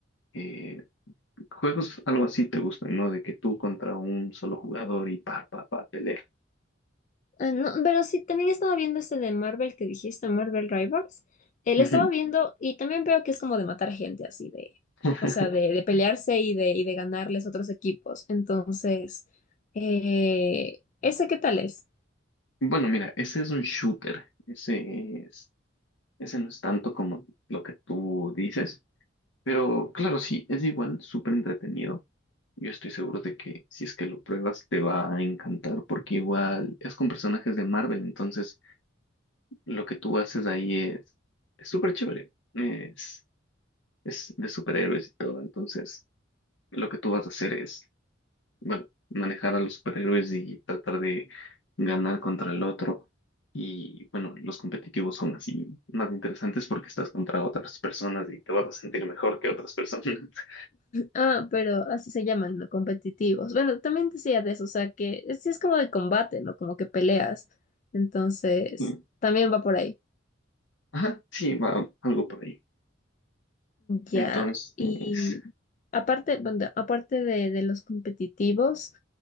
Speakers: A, on the left; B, on the left.
A: eh, juegos algo así te gustan, ¿no? De que tú contra un solo jugador y pa, pa, pa, pelea.
B: Ah, no, pero sí, también estaba viendo este de Marvel que dijiste, Marvel Rivals. Él
A: Ujú.
B: estaba viendo y también veo que es como de matar gente así de,
A: <laughs>
B: o sea, de, de pelearse y de, y de ganarles otros equipos. Entonces, eh, ¿ese qué tal es?
A: Bueno, mira, ese es un shooter. Ese Ese no es tanto como lo que tú dices, pero claro, sí, es igual súper entretenido. Yo estoy seguro de que si es que lo pruebas te va a encantar porque igual es con personajes de Marvel, entonces lo que tú haces ahí es es súper chévere, es, es de superhéroes y todo, entonces lo que tú vas a hacer es bueno, manejar a los superhéroes y tratar de ganar contra el otro. Y bueno, los competitivos son así más interesantes porque estás contra otras personas y te vas a sentir mejor que otras personas. <laughs>
B: Ah, pero así se llaman, ¿no? Competitivos. Bueno, también decía de eso, o sea, que sí es como de combate, ¿no? Como que peleas. Entonces,
A: Y-
B: también va por ahí.
A: Ajá, sí, va algo por ahí.
B: Ya,
A: Entonces,
B: y aparte, bueno, aparte de, de los competitivos,